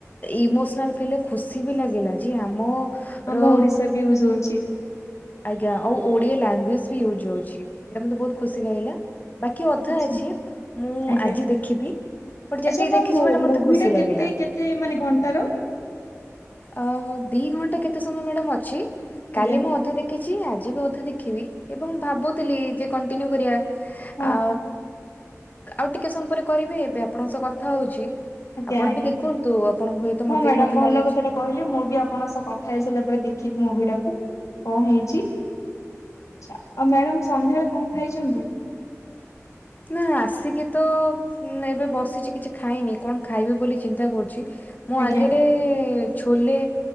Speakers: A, on the left; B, on the left.
A: ଇମୋସନାଲ ଫିଲ୍ ଖୁସି ବି ଲାଗିଲା ଯେ ଆମ
B: ଆମ
A: ର
B: ଓଡିଶା ବି ୟୁଜ ହଉଛି
A: ଆଜ୍ଞା ଆଉ ଓଡିଆ ଲାଙ୍ଗୁଏଜ ବି ୟୁଜ ହଉଛି ଏଇଟା ମତେ ବହୁତ ଖୁସି ଲାଗିଲା। ବାକି ଅଧା
B: ଆଚ୍ଛା
A: ଅଛି ମୁଁ
B: ଆଜ୍ଞା।
A: ଆଜି ଦେଖିବି। ବଟ୍ ଯେତିକି
B: ଆଚ୍ଛା ମ୍ୟାମ୍
A: ଦେଖିଛି ମ୍ୟାଡ଼ାମ ମତେ
B: ମୁଭି
A: ଖୁସି
B: ଟା
A: ଲାଗିଲା।
B: କେତେ କେତେ ମାନେ ଘଣ୍ଟାର
A: ଅ ଦି ଘଣ୍ଟା କେତେ ସମୟ ମ୍ୟାଡାମ ଅଛି
B: ଆଜ୍ଞା
A: କାଲି ମୁଁ ଅଧା ଦେଖ ଦେଖିଛି ଆଜି ବି ଅଧା ଦେଖିବି ଏବଂ ଭାବୁଥିଲି ଯେ କଣ୍ଟିନ୍ୟୁ କରିବା ଆ
B: ହଁ
A: ଆଉ ଟିକେ ସମୟ ପରେ କରିବେ ଏବେ ଆପଣଙ୍କ ସହ କଥା ହଉଛି।
B: ଆଜ୍ଞା
A: ଆପଣ
B: ଆଜ୍ଞା।
A: ବି ଦେଖନ୍ତୁ ଆପଣଙ୍କୁ ହୁଏତ ତ
B: ହଁ
A: ମତେ
B: ମ୍ୟାଡାମ
A: ବି ମତେ
B: ଭଲ
A: ଲାଗୁଛି
B: କଥାଟା କହିଲେ ମୁଁ ବି ଆପଣଙ୍କ ସହ କଥା ହେଇ ସାରିଲା ପରେ ଦେଖିବି ମୁଭି ଟାକୁ କଣ ହେଇଛି। ଛ ଆଉ ମ୍ୟାଡାମ ସନ୍ଧ୍ୟାବେଳେ କଣ ଖାଇଛନ୍ତି?
A: ନା ଆସିକି ତ ହଁ ଏବେ ବସିଛି କିଛି ଖାଇନି କଣ ଖାଇବି ବୋଲି ଚିନ୍ତା କରୁଛି। ମୁଁ
B: ଆଜ୍ଞା
A: ଆଗରେ ଛୋଲେ